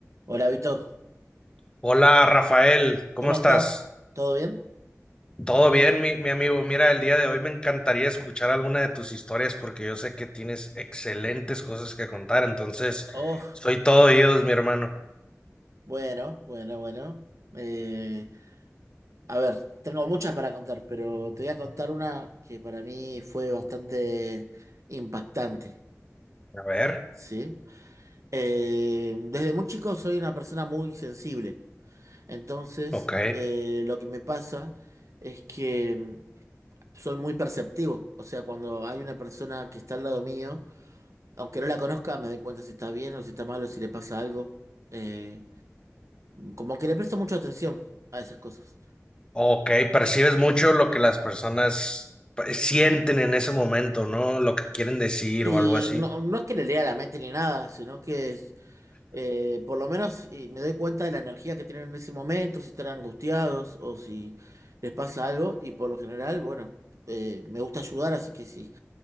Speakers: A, on the right (about 70°); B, on the left (about 15°).
A: Hola, Vito.
B: Hola Rafael, ¿cómo
A: ¿Cómo
B: estás?
A: estás? ¿Todo bien?
B: ¿Todo bien, mi, mi amigo? Mira, el día de hoy me encantaría escuchar alguna de tus historias porque yo sé que tienes excelentes cosas que contar, entonces
A: Oh,
B: soy todo oídos, mi hermano.
A: bueno, bueno, bueno. Eh, a ver, tengo muchas para contar, pero te voy a contar una que para mí fue bastante impactante,
B: A ver,
A: ¿sí? Eh, desde muy chico soy una persona muy sensible. Entonces,
B: ok,
A: eh, lo que me pasa es que mm, soy muy perceptivo. O sea, cuando hay una persona que está al lado mío, aunque no la conozca, me doy cuenta si está bien o si está mal o si le pasa algo. Eh, Como que le presto mucha atención a esas cosas.
B: ok, percibes mucho lo que las personas pues, sienten en ese momento, ¿no? Lo que quieren decir
A: Sí,
B: o algo así.
A: no, no es que le lea la mente ni nada, sino que es, eh, por lo menos eh, me doy cuenta de la energía que tienen en ese momento, si están angustiados o si les pasa algo. Y por lo general, bueno, eh, me gusta ayudar, así que si,